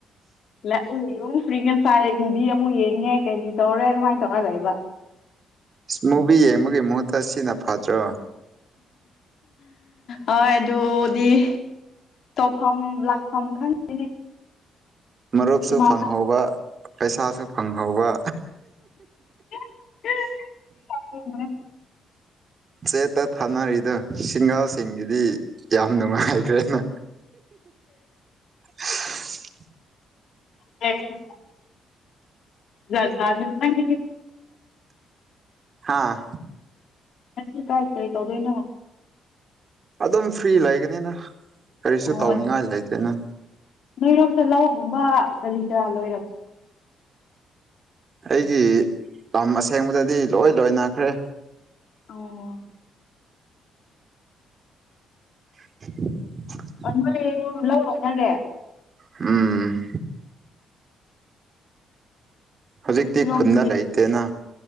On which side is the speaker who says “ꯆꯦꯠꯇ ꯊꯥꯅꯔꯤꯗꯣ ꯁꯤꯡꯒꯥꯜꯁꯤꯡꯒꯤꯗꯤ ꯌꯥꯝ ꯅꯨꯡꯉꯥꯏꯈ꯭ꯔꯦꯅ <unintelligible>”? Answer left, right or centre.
Right